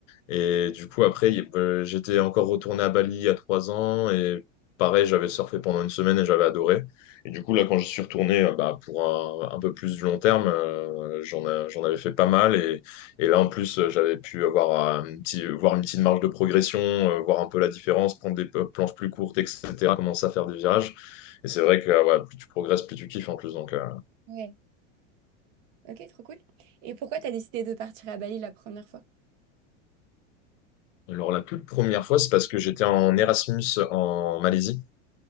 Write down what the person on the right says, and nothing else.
Ouais. Ok, trop cool. Et pourquoi tu as décidé de partir à Bali la première fois?